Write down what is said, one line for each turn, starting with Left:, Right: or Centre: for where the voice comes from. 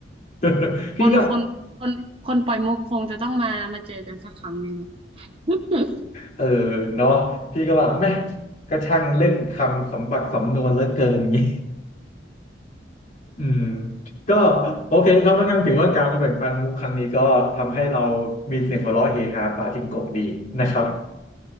Left: <laughs> พี่ก็
Right: คนคนคนคนปล่อยมุกคงจะต้องมามาเจอกันสักครั้งหนึ่ง <laughs>
Left: เออเนาะพี่ก็แบบแม่งก็ช่างเล่นคำสมบัติสำนวนเหลือเกินงี้อืมก็โอเคครับแล้วงั้นถือว่าการมาแบ่งปันมุกครั้งนี้ก็ทำให้เรามีเสียงหัวเราะเฮฮาปาจิงโกะดีนะครับ